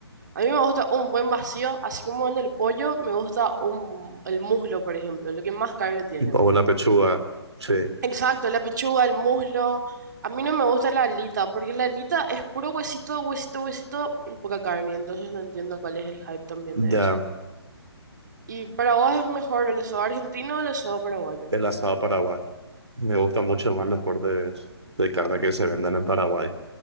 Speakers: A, on the right; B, on the right.
A: A mí me gusta un buen vacío, así como en el pollo me gusta un, el muslo, por ejemplo, lo que más carne tiene.
B: O la pechuga, sí,
A: Exacto, la pechuga, el muslo. A mí no me gusta la alita, porque la alita es puro huesito, huesito, huesito y poca carne, entonces no entiendo cuál es el hype también
B: da
A: de eso. ¿Y para vos es mejor el asado argentino o el asado paraguayo?
B: el asado paraguay. Me gustan mucho más los cortes de carne que se vendan en Paraguay.